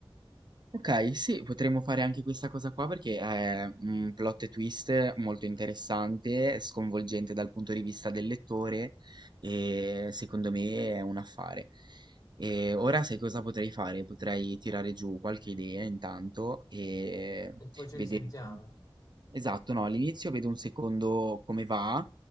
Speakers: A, on the right; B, on the left.
A: Okay, sì, potremmo fare anche questa cosa qua perché è un plot twist molto interessante, sconvolgente dal punto di vista del lettore e secondo me è un affare. E ora sai cosa potrei fare? Potrei tirare giù qualche idea intanto e
B: E poi ci
A: vedere
B: risentiamo.
A: Esatto, no, all'inizio vedo un secondo come va